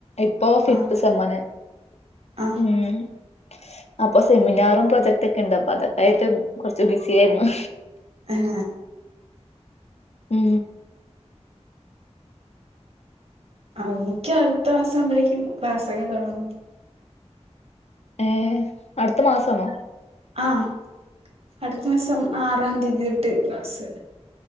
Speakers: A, on the left; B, on the right.
A: ഇപ്പൊ ഫിഫ്ത്ത്
B: ആ
A: സെമ്മന്
B: ആ
A: ഉം അപ്പൊ സെമിനാറും പ്രൊജക്റ്റ്‌ ഒക്കെ ഇണ്ട് അപ്പൊ അതക്കായിട്ട് കൊറച്ച് ബിസി ആയിരുന്നു
B: ഏ
A: ഉം
B: ആഹ് എനിക്ക് അടുത്ത മാസം ആവുമ്പോഴേക്കും ക്ലാസ്സൊക്കെ തുടങ്ങും
A: ഏഹ് അടുത്ത മാസണോ
B: ആഹ് അടുത്ത മാസം ആറാം തീയതി തൊട്ട് ക്ലാസ്സ്